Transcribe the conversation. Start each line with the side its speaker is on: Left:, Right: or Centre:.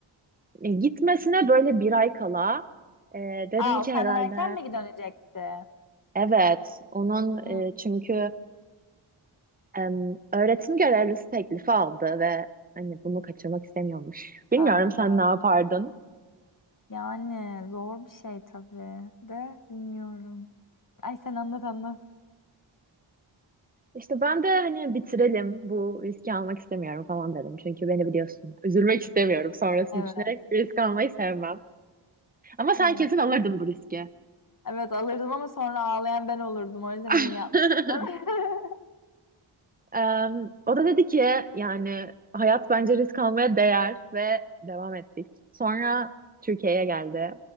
Right: e, gitmesine böyle bir ay kala e, dedim
Left: Aa
Right: ki
Left: o senden
Right: herhalde
Left: Ee, erken mi dönecekti?
Right: Evet, onun
Left: Hmm,
Right: e, çünkü em, öğretim görevlisi teklifi aldı ve hani bunu kaçırmak istemiyormuş. Bilmiyorum
Left: anladım.
Right: sen ne yapardın?
Left: Yani zor bir şey tabii de bilmiyorum. Ay sen anlat anlat.
Right: İşte ben de hani bitirelim bu riski almak istemiyorum falan dedim. Çünkü beni biliyorsun. Üzülmek istemiyorum sonrasını
Left: Evet.
Right: düşünerek risk almayı sevmem. Ama sen
Left: Evet.
Right: kesin alırdın bu riski.
Left: Evet alırdım ama sonra ağlayan ben olurdum. O yüzden
Right: <laughs>
Left: iyi yapmışsın. <laughs>
Right: Em, o da dedi ki yani hayat bence risk almaya değer ve devam ettik. Sonra Türkiye'ye geldi